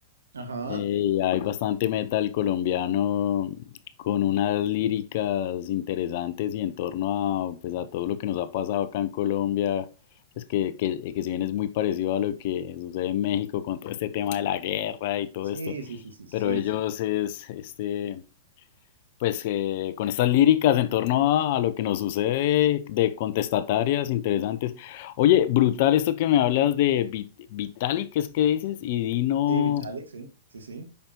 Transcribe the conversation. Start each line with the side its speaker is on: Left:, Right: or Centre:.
Right: Ajá.
Left: Eh, hay bastante metal colombiano con unas líricas interesantes y en torno a, pues, a todo lo que nos ha pasado acá en Colombia, pues que, que, que si bien es muy parecido a lo que sucede en México con todo este tema de la guerra y todo
Right: Sí,
Left: esto,
Right: sí, sí, sí, sí,
Left: pero ellos
Right: sí.
Left: es este, pues eh, con estas líricas en torno a, a lo que nos sucede de contestatarias interesantes. Oye, brutal esto que me hablas de Vi- Vitalik, ¿qué es que dices? Y Dino.
Right: Sí, Vitalik, sí, sí, sí.